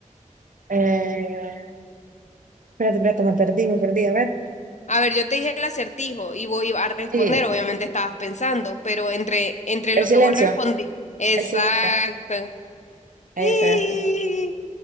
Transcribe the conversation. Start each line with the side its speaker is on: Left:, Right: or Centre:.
Right: Eh, espérate, espérate, me perdí, me perdí. A ver.
Left: A ver, yo te dije el acertijo y voy a responder.
Right: Sí,
Left: Obviamente estabas pensando, pero entre, entre
Right: el
Left: lo
Right: silencio,
Left: que vos respondí. Exacto.
Right: el silencio. Ese,
Left: Y-
Right: ese.